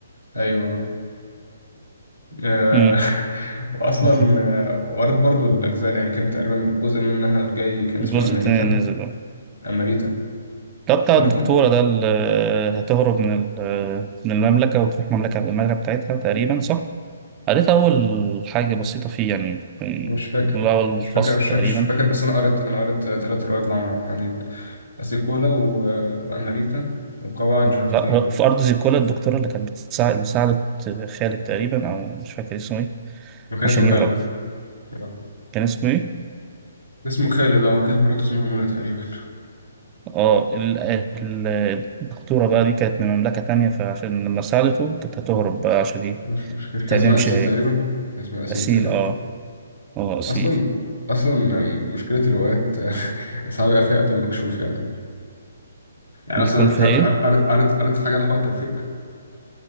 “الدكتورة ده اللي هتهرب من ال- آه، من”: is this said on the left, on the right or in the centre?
Right